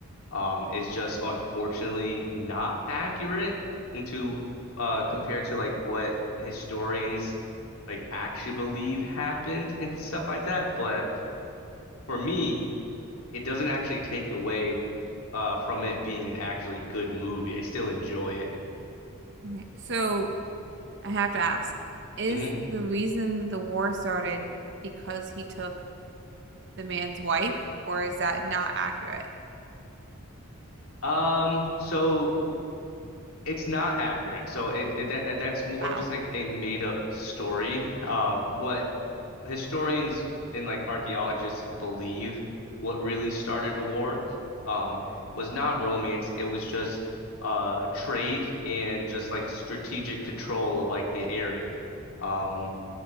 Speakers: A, on the left; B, on the right.
A: um, is just unfortunately not accurate into uh, compared to like what historians like actually believe happened and stuff like that. But for me, it doesn't actually take away uh, from it being an actually good movie. I still enjoy it.
B: Okay. So I have to ask, is
A: hmm
B: the reason the war started because he took the man's wife, or is that not accurate?
A: Um, so it's not accurate. So it, it that, that's more
B: Wow.
A: of just like a made up story. Uh, what historians and like archaeologists believe what really started a war um, was not romance. It was just uh, trade and just like strategic control of like the area. Um,